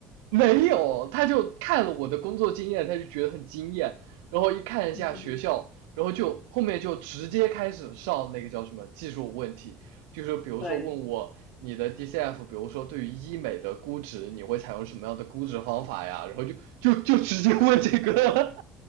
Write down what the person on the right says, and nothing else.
没有，他就看了我的工作经验，他就觉得很惊艳，然后一看一下学校，
然后就后面就直接开始上那个叫什么技术问题，就是比如说问我你的
DCF，比如说对于医美的估值，你会采用什么样的估值方法呀？然后就就就直接问这个，